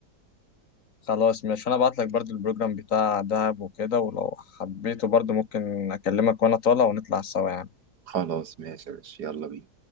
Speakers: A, on the left; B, on the right.
A: خلاص ماشي وأنا أبعت لك برضو البروجرام بتاع دهب وكده ولو حبيته برضو ممكن أكلمك وأنا طالع ونطلع سوا يعني
B: خلاص ماشي يا باشا يلا بينا